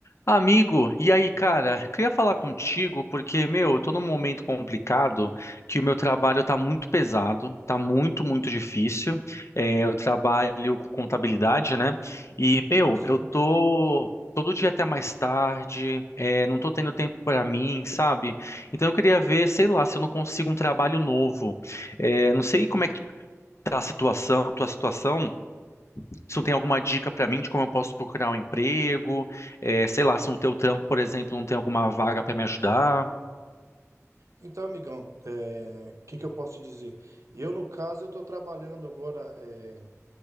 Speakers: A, on the left; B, on the right.
A: Amigo, e aí, cara? Queria falar contigo porque, meu, eu tô num momento complicado que o meu trabalho tá muito pesado, tá muito, muito difícil. É, eu trabalho com contabilidade, né? E, meu,
B: Sim.
A: eu tô todo dia até mais tarde, é, não tô tendo tempo pra mim, sabe? Então eu queria ver, sei lá, se eu não consigo um trabalho novo. É, não sei como é que tá a situação, tua situação. Se tu tem alguma dica para mim de como eu posso procurar um emprego, é, sei lá, se no teu trampo, por exemplo, não tem alguma vaga para me ajudar.
B: Então, amigão, é, o que que eu posso te dizer? Eu, no caso, eu estou trabalhando agora, é,